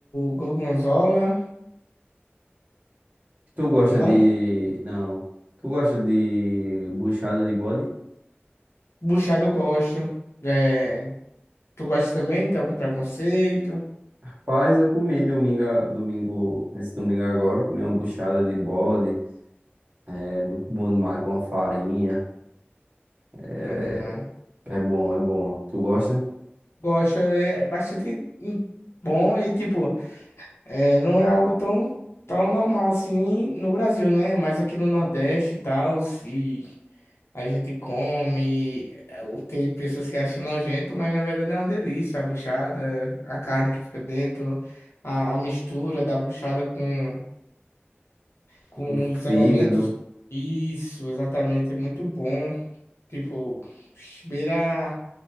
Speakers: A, on the left; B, on the right.
A: gorgonzola,
B: Tu gosta
A: não.
B: de. Não. Tu gosta de buchada de bode?
A: Buchada eu gosto. É, tu gosta também? Tem algum preconceito?
B: Rapaz, eu comi domingo, a- domingo, nesse domingo agora, comi uma buchada de bode. É muito bom demais com a farinha. É,
A: Aham.
B: é bom, é bom. Tu gosta?
A: Gosto, é, é bastante hum, bom e, tipo, é, não é algo tão, tão normal assim no Brasil, né? Mas aqui no Nordeste e tal, e a gente come. é, o- Tem pessoas que acham nojento, mas na verdade é uma delícia. A buchada, a carne que fica dentro, a, a mistura da buchada com com
B: Do
A: os
B: fígado.
A: elementos. Isso, exatamente, é muito bom. Tipo, beira